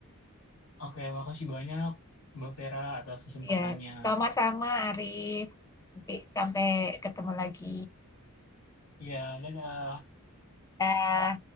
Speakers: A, on the left; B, on the left.
A: oke, makasih banyak Mbak Vera atas kesempatannya.
B: Ya, sama-sama Arif. Nanti sampai ketemu lagi.
A: Iya, dadah.
B: Dah.